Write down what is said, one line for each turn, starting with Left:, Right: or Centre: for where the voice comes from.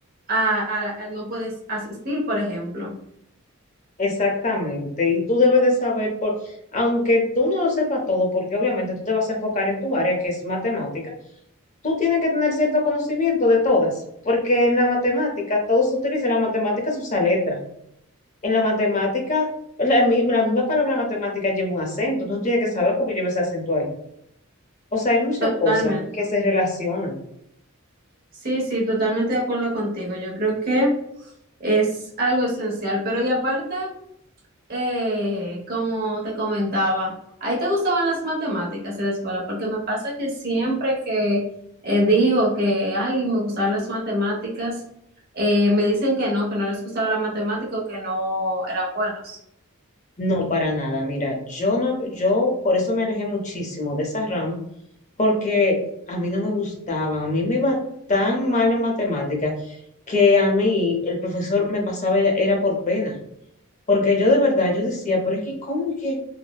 Right: a, a la- a- no puedes asistir, por ejemplo.
Left: Exactamente, y tú debes de saber, por, aunque tú no lo sepas todo, porque obviamente tú te vas a enfocar en tu área, que es matemática, tú tienes que tener cierto conocimiento de todas, porque en la matemática todo se utiliza, en la matemática se usa letra, en la matemática, la, mi- la misma palabra matemática lleva un acento, tú tienes que saber por qué lleva ese acento ahí. O sea, hay muchas
Right: Totalmente.
Left: cosas que se relacionan.
Right: Sí, sí, totalmente de acuerdo contigo. Yo creo que es algo esencial, pero y aparte Eh, como te comentaba, ¿ahí te gustaban las matemáticas en la escuela? Porque me pasa que siempre que eh, digo que, ay, me gustaban las matemáticas, eh, me dicen que no, que no les gustaba la matemática o que no eran buenos.
Left: No, para nada. Mira, yo no, yo por eso me alejé muchísimo de esa rama, porque a mí no me gustaba, a mí me iba tan mal en matemáticas que a mí el profesor me pasaba ya- era por pena, porque yo de verdad yo decía, pero es que cómo es que